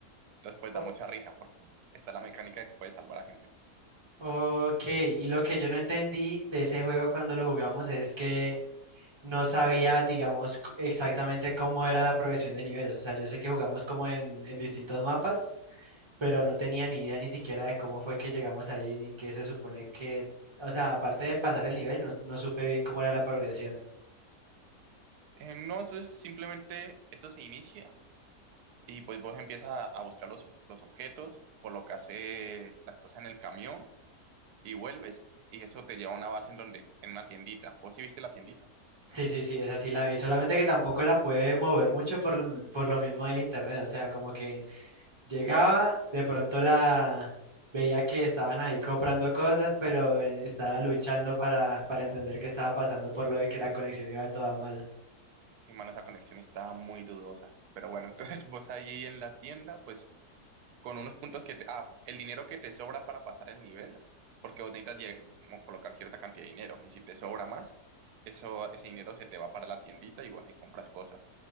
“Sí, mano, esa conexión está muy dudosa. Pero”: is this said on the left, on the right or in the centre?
Right